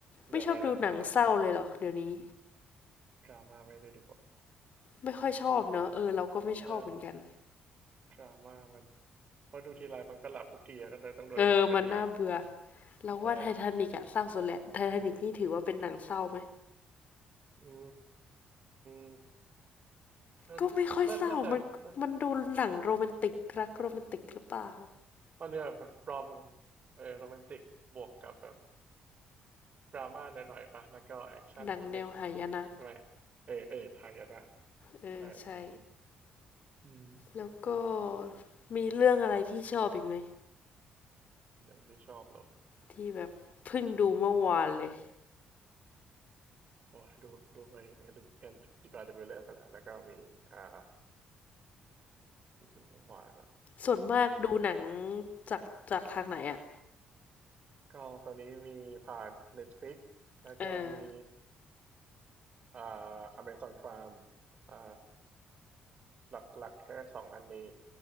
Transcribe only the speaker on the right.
เดี๋ยวไปเลยลองดู
ดราม่าไม่ได้ดูอ่ะ
อ่ะเออดราม่ามันเพราะดูทีไรมันก็หลับทุกทีอะก็เลยต้องดูคอมเมดี้
ใช่อืมก็
น่าน่าจะน่าตอนเนี้ยแบบรอมเออโรแมนติกบวกกับแบบดราม่าหน่อยๆปะแล้วก็แอคชั่นนิดนึง
ทำไมเออเออไทยอะนะ
ใช่อืม
เดี๋ยวที่ชอบเหรอ
โอ้ยดูดูไปก็ดูแคนดิบาเดมิเลอร์กันแหละแล้วก็มีอ่าที่ดูเมื่อวานเนาะก็มี
ก็ตอนนี้มีผ่าน Netflix แล้วก็มี
อ่า Amazon Prime อ่าหลักหลักแค่สองอันนี้